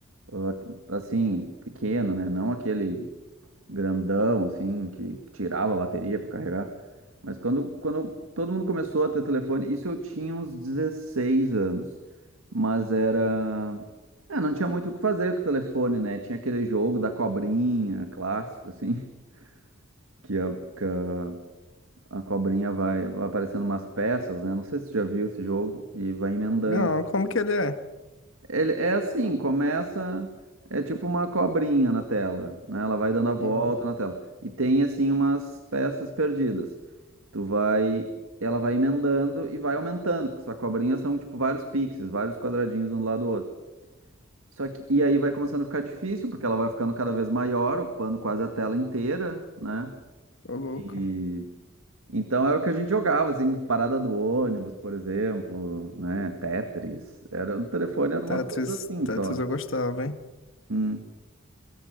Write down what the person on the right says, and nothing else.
ah, assim, pequeno, né? Não aquele grandão, assim, que tirava a bateria para carregar. Mas quando, quando todo mundo começou a ter telefone, isso eu tinha uns 16 anos. Mas era. É, não tinha muito o que fazer com o telefone, né? Tinha aquele jogo da cobrinha, clássico, assim, <laughs> que a, que a, a cobrinha vai, vai aparecendo umas peças, né? Não sei se você já viu esse jogo, e vai emendando.
Ele é assim, começa é tipo uma cobrinha na tela, né? Ela vai dando a volta
na tela e tem assim umas peças perdidas. Tu vai, ela vai emendando e vai aumentando, porque essa cobrinha são tipo vários pixels, vários quadradinhos um do lado do outro. Só que e aí vai começando a ficar difícil, porque ela vai ficando cada vez maior, ocupando quase a tela inteira, né?
E então era o que a gente jogava assim, parada do ônibus, por exemplo, né? Tetris. Era no telefone, eram
umas coisas assim
só.
Hum.